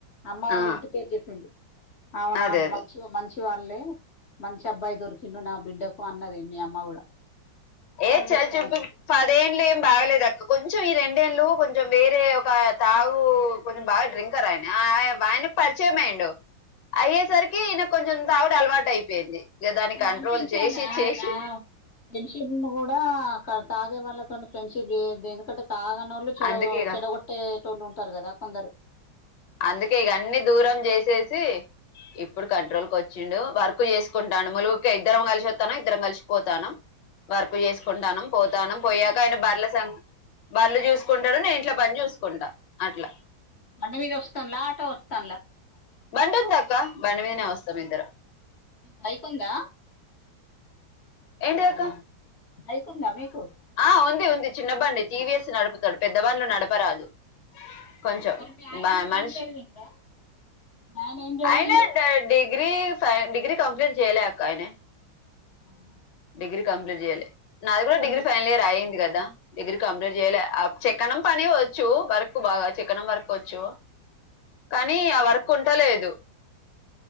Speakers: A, on the left (about 50°); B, on the left (about 70°).
A: అమ్మ వాళ్ళ
B: ఆ
A: ఇంటి పేరు చెప్పింది అవునా
B: అదే అదే
A: మంచి మంచి వాళ్ళే మంచి అబ్బాయి దొరికిండు నా బిడ్డకు అన్నది మీ అమ్మ కూడా
B: ఏ
A: అదృష్టవంతురాలు
B: చల్ చూపియి పదేడ్లు ఏం బాగలేదు అక్క కొంచెం ఈ రెండేండ్లు కొంచెం వేరే ఒక తాగు కొంచెం బాగా డ్రింకర్ ఆయన ఆ ఆయన పరిచయమేండో అయ్యేసరికి ఈయన కొంచెం తాగుడు అలవాటు అయిపోయింది ఇగ దాని కంట్రోల్
A: అనిపించాలి
B: చేసి
A: ఆ
B: చేసి
A: ఆ ఫ్రెండ్షిప్ ను కూడా తాగే వాళ్ళతో ఫ్రెండ్షిప్ చేయొద్దు ఎందుకంటే తగన్నోళ్ళు చెడో
B: అందుకేగా
A: చెడగొట్టే టోళ్ళు ఉంటారు కదా కొందరు
B: అందుకే ఇగ అన్ని దూరం చేసేసి ఇప్పుడు కంట్రోల్ కు వచ్చిండు వర్క్ చేసుకుంటాడు ములుగికె ఇద్దరం కలిసి వత్తనం ఇద్దరం కలిసిపోతాను వర్క్ చేసుకుంటానం
A: ఆటోలో వస్తాన్లా
B: పోతాను
A: బండి
B: పోయాక
A: మీద వస్తాన్లా
B: ఆయన బర్ల సం బర్లు చూసుకుంటాడు నే ఇంట్లో పని చూసుకుంటా అట్లా
A: బండి మీద వస్తాంలా ఆటో వస్తాంలా
B: బండిఉందక్క బండిమీదనే వస్తాం ఇద్దరం
A: బైకుందా
B: ఎంటిదక్క
A: బైక్ ఉందా మీకు
B: ఆ ఉంది ఉంది చిన్న బండి టీవీఎస్ నడుపుతాడు పెద్ద బండ్లు నడపరాదు కొంచం
A: మరి మీ ఆయన
B: బ మనిష్
A: ఏం చదివిండు రా మీ ఆయన ఏం చదివిండు
B: ఆయన డా డిగ్రీ ఫ డిగ్రీ కంప్లీట్ చేయ్యలే అక్క ఆయన
A: అవు
B: డిగ్రీ కంప్లీట్ చేయ్యాలే నాది కూడా డిగ్రీ
A: ము-
B: ఫైనల్ ఇయర్ అయింది కదా డిగ్రీ కంప్లీట్ చేయాలే చేక్కనం పనివ్వచ్చు వర్క్ బాగా చెక్కనం వర్క్ వచ్చు కానీ ఆ వర్క్ ఉంట లేదు